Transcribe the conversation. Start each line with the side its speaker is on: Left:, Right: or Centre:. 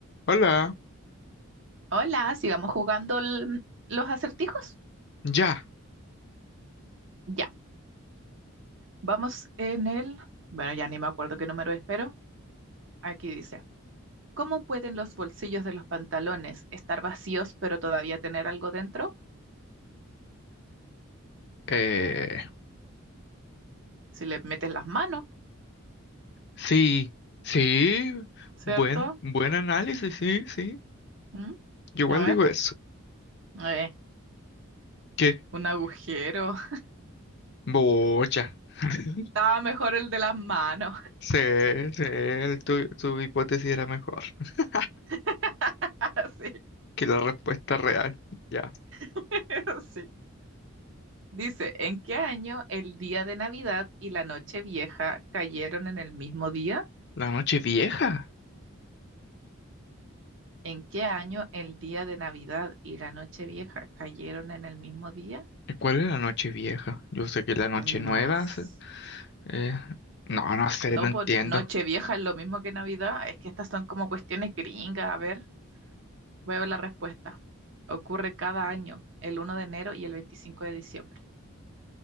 Left: Hola,
Right: Hola, sigamos jugando el- los acertijos.
Left: ya.
Right: Ya, vamos en el... Bueno, ya ni me acuerdo qué número es, pero aquí dice, ¿cómo pueden los bolsillos de los pantalones estar vacíos pero todavía tener algo dentro?
Left: Eh,
Right: Si le metes las manos,
Left: sí, sí,
Right: ¿cierto?
Left: buen, buen análisis, sí, sí.
Right: ¿Mm?
Left: Yo igual
Right: A ver,
Left: digo eso.
Right: eh,
Left: ¿Qué?
Right: un agujero. <laughs>
Left: Bocha. <laughs>
Right: Estaba mejor el de las manos.
Left: Sí, sí, el tu, tu hipótesis era mejor <laughs>
Right: <laughs> Sí,
Left: que la respuesta real. Ya.
Right: <laughs> sí. Dice, ¿en qué año el día de Navidad y la noche vieja cayeron en el mismo día?
Left: La noche vieja.
Right: ¿En qué año el día de Navidad y la Nochevieja cayeron en el mismo día?
Left: ¿Y ¿Cuál es la noche vieja? Yo sé que la noche
Right: No,
Left: nueva.
Right: s-
Left: se- eh, no, no sé,
Right: no,
Left: no entiendo.
Right: pues Nochevieja es lo mismo que Navidad. Es que estas son como cuestiones gringas. A ver, voy a ver la respuesta. Ocurre cada año, el 1 de enero y el 25 de diciembre.